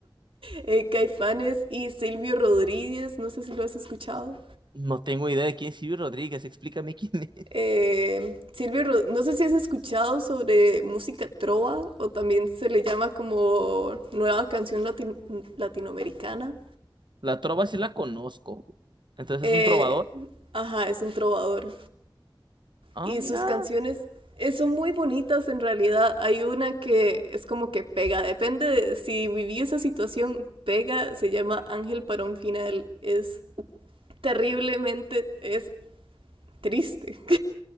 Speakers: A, on the right (about 85°); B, on the right (about 60°).
A: Eh, Caifanes y Silvio Rodríguez, no sé si lo has escuchado.
B: No tengo idea de quién es Silvio Rodríguez, explícame quién <laughs> es.
A: Eh, Silvio, Ro- no sé si has escuchado sobre música trova o también se le llama como nueva canción latin- latinoamericana.
B: La trova sí la conozco. Entonces
A: Eh,
B: es un trovador.
A: ajá, es un trovador.
B: Ah,
A: y
B: mira.
A: sus canciones eh, son muy bonitas en realidad. Hay una que es como que pega, depende de si viví esa situación, pega, se llama Ángel para un final. Es terriblemente, es triste.